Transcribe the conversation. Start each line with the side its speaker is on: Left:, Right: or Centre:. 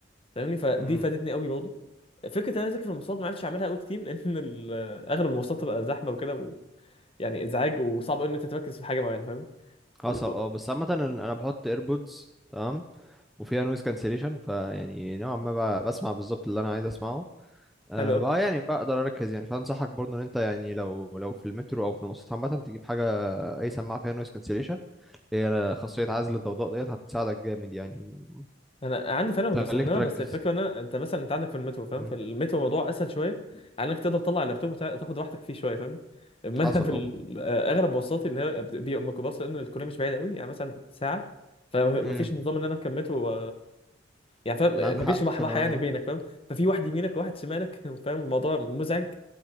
Left: فاهمني فدي
Centre: امم
Left: فادتني قوي برضه فكرة انا اذاكر في المواصلات ما عرفتش اعملها قوي كتير لان <laughs> ال- اغلب المواصلات تبقى زحمة وكده و... يعني ازعاج وصعب قوي ان انت تركز في حاجة معينة فاهمني
Centre: حصل
Left: و...
Centre: اه بس عامه انا بحط ايربودز تمام وفيها نويز كانسليشن فيعني نوعا ما ب- بسمع بالظبط اللي انا عايز اسمعه أه
Left: حلو
Centre: بقى يعني بقدر اركز يعني فانصحك برضه ان انت يعني لو لو في المترو او في المواصلات عامه تجيب حاجه اي سماعه فيها نويز كانسليشن هي خاصيه عزل الضوضاء ديت هتساعدك جامد يعني
Left: انا عندي فعلا ما
Centre: وتخليك
Left: بستخدمها
Centre: تركز
Left: بس الفكره ان انا انت مثلا انت عندك في المترو فاهم
Centre: مم.
Left: في المترو الموضوع اسهل شويه على انك تقدر تطلع اللابتوب وتع- تاخد راحتك فيه شويه فاهمني اما
Centre: حصل
Left: انا في ال- آه، اغلب مواصلاتي اللي هي بت- بيبقى ميكروباص لان الكليه مش بعيده قوي يعني مثلا ساعه فما
Centre: اه
Left: فيش نظام ان انا اركب مترو و... يعني فاهم
Centre: معاك
Left: ما
Centre: حق
Left: فيش راحه
Centre: في العلم
Left: يعني بينك فاهم ففي واحد يمينك وواحد شمالك <laughs> فاهم الموضوع مزعج